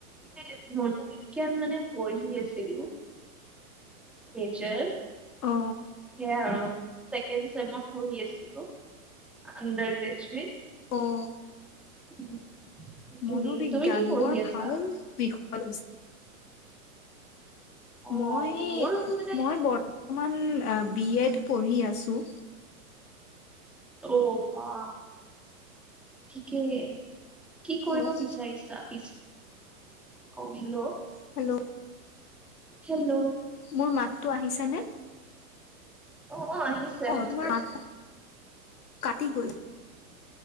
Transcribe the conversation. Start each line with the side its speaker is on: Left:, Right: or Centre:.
Centre: এ মনোবিজ্ঞান মানে পঢ়ি আছিলোঁ। মেজৰ,
Left: অ
Centre: সেয়া আৰু চেক ছেকেণ্ড ছেমত পঢ়ি আছিলোঁ, আন্দাৰ গ্ৰেজুৱেট।
Left: অ'।
Centre: <inaudible>
Left: মনোবিজ্ঞান,
Centre: তুমি কি পঢ়ি
Left: বৰ
Centre: আছা
Left: ভাল বিষয়।
Centre: অ
Left: মই,
Centre: মোৰ মানে
Left: মই বৰ্তমান আ, বি এড পঢ়ি আছোঁ।
Centre: অ', বা, ঠিকেই। কি কৰিব
Left: হেল্ল'
Centre: বিচাৰিছা পিছত, অ', হেল্ল'।
Left: হেল্ল'।
Centre: হেল্ল'।
Left: মোৰ মাতটো আহিছেনে?
Centre: অ', অ', আহিছে। আহিছে
Left: অ', তোমাৰ মাতটো, কাটি গ'ল।